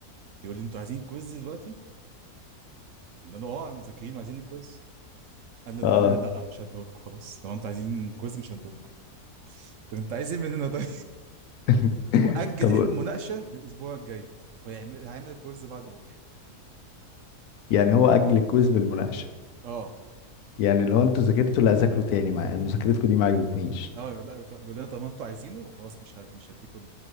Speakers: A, on the right; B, on the left.
A: بيقول لي انتوا عايزين كويز دلوقتي؟ قلنا له اه مذاكرين وعايزين الكويز قال لي لا
B: اه
A: انا لا مش هديهولكم خلاص لو انتوا عايزين كويز مش هديهولكم طب انت عايز ايه مننا طيب.
B: <laughs>
A: واجل
B: طب
A: المناقشه للاسبوع الجاي وهيعمل هيعمل الكورس بعد بكره
B: يعني هو أجل الكويز بالمناقشة
A: اه
B: يعني لو انتوا ذاكرتوا لا ذاكروا تاني مع مذاكرتكم دي ما عجبتنيش
A: اه يقول لا بيقول لنا طب انتوا عايزينه خلاص مش هد... مش هديكوا